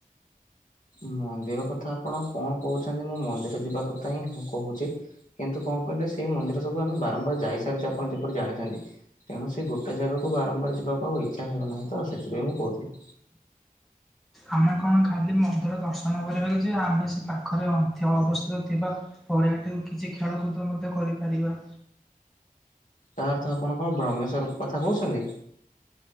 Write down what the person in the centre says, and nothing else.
ଆମେ କଣ ଖାଲି ମନ୍ଦିର ଦର୍ଶନ କରିବାକୁ ଯିବା? ଆମେ ସେ ପାଖରେ ଅନ୍ଥ୍ୟ ଅବସ୍ଥିତ ଥିବା, ପୌ ଏହାଠିକୁ କିଛି ଖେଳକୁଦ ମଧ୍ୟ କରିପାରିବା।